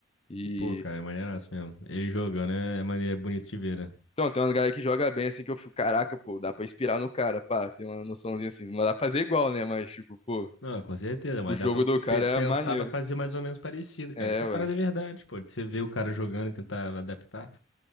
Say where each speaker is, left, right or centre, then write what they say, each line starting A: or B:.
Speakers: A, on the left; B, on the left.
A: E.
B: Pô, cara, é maneiraço mesmo. Ele jogando né é maneira é bonito de ver, né?
A: Então, tem uma galera que joga bem assim que eu fico, caraca, pô, dá pra inspirar no cara, pá, tem uma noçãozinha assim. Não dá pra fazer igual, né? Mas, tipo, pô,
B: Não, com certeza, mas
A: o jogo
B: dá pra
A: do cara
B: pe-
A: é
B: pensar
A: é, maneiro.
B: pra fazer mais ou menos parecido, cara.
A: É,
B: Essa
A: ué.
B: parada é verdade, pô. de Você vê o cara jogando e tentar adaptar.